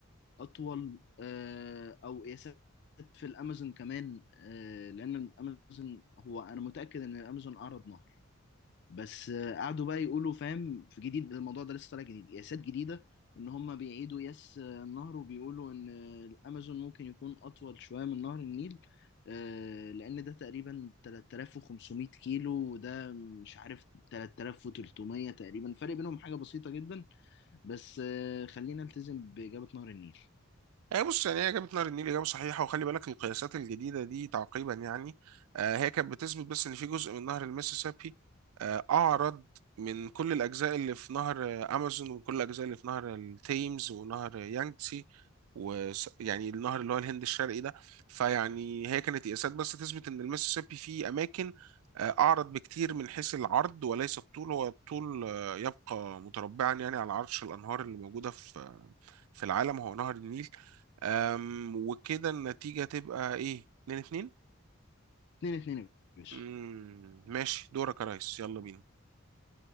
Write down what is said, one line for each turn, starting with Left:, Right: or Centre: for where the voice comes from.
Left: اطول آه، او قياسات في الامازون كمان آه، لان الامازون هو انا متأكد ان الامازون اعرض نهر بس آه، قعدوا بقى يقولوا فاهم في جديد الموضوع ده لسه طالع جديد قياسات جديده ان هم بيعيدوا قياس آه، النهر وبيقولوا ان آه، الامازون ممكن يكون اطول شويه من نهر النيل آه، لان ده تقريبا 3500 كيلو وده مش عارف 3300 تقريبا فرق بينهم حاجه بسيطه جدا بس آه، خلينا نلتزم باجابه نهر النيل
Right: هي بص يعني هي إجابة نهر النيل إجابة صحيحة وخلي بالك القياسات الجديدة دي تعقيبا يعني آه، هي كانت بتثبت بس إن في جزء من نهر المسيسيبي آه، أعرض من كل الأجزاء اللي في نهر آه، أمازون وكل الأجزاء اللي في نهر التيمز ونهر يانجتسي ويعني النهر اللي هو الهند الشرقي ده فيعني هي كانت قياسات بس تثبت إن المسيسيبي فيه أماكن آه، أعرض بكتير من حيث العرض وليس الطول هو الطول آه، يبقى متربعا يعني على عرش الأنهار اللي موجودة في في العالم هو نهر النيل أم، وكده النتيجة تبقى ايه اتنين اتنين
Left: اتنين اتنين يا باشا
Right: مم، ماشي دورك يا ريس يلا بينا